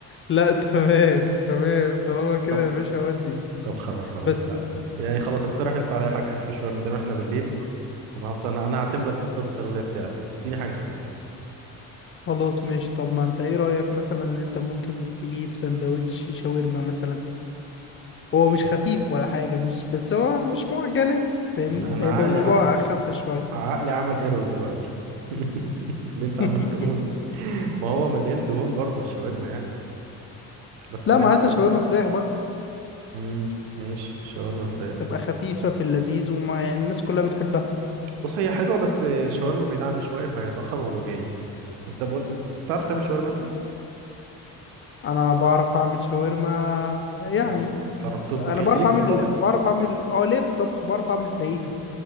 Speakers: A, on the left; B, on the right.
A: لا تمام تمام طالما كده
B: طب
A: يا باشا ودي
B: طب خلاص خلاص
A: بس
B: لا يعني خلاص اقترح انت عليا حاجة خفيفة شوية ما دام احنا بالليل انا اصلا انا أنا هعتمد لك دكتور التغذية بتاعي اديني حاجة خفيفة
A: خلاص ماشي طب ما انت ايه رأيك مثلا ان انت ممكن تجيب سندوتش شاورما مثلا هو مش خفيف ولا حاجة مش بس هو مش معجنات فاهمني
B: انا انا
A: هيبقى
B: عقلي
A: الموضوع
B: ع-
A: اخف شوية
B: عقلي عمل ايرور دلوقتي <laughs> في اللي انت
A: <laughs>
B: عمال تقوله ما هو مليان دهون برضه الشاورما يعني بس
A: لا
B: بس
A: ما هاتها شاورما فراخ بقى
B: امم ماشي شاورما فراخ
A: تبقى خفيفة في اللذيذ وما يعني الناس كلها بتحبها
B: بص هي حلوه بس الشاورما بعيد عني شويه فهيتاخر وهو جاي انت بقول تعرف تعمل شاورما انت
A: انا بعرف اعمل شاورما يعني
B: تعرف تعرف تطبخ
A: انا
B: يعني
A: بعرف
B: ليك
A: اعمل
B: في الطبخ
A: بعرف اعمل اه ليه في الطبخ بعرف اعمل فاهيتا